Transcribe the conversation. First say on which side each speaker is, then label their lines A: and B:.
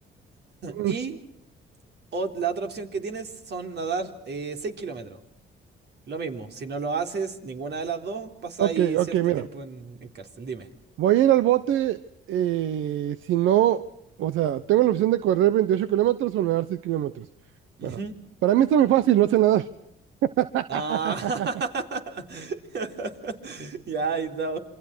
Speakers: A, on the right; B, on the right.
A: Mm,
B: Y o- la otra opción que tienes son nadar eh, 6 kilómetros. Lo mismo, si no lo haces, ninguna de las dos, pasáis
A: ok, ok,
B: cierto
A: mira.
B: tiempo en, en cárcel, dime.
A: Voy a ir al bote eh, si no, o sea, tengo la opción de correr 28 kilómetros o nadar 6 kilómetros.
B: Ujú.
A: Bueno, para mí está muy fácil, no sé nadar. <laughs>
B: Ah, <laughs> ya, ahí está.